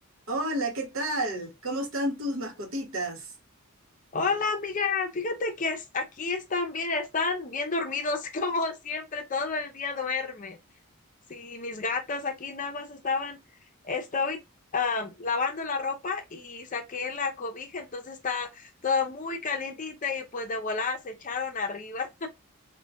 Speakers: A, on the right; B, on the left.
A: Hola, ¿qué tal? ¿Cómo están tus mascotitas?
B: Hola amiga, fíjate que es- aquí están bien, están bien dormidos <laughs> como siempre, todo el día duermen. Sí, mis gatas aquí nada más estaban, estoy ah, lavando la ropa y saqué la cobija, entonces está toda muy calientita y pues de volada se echaron arriba.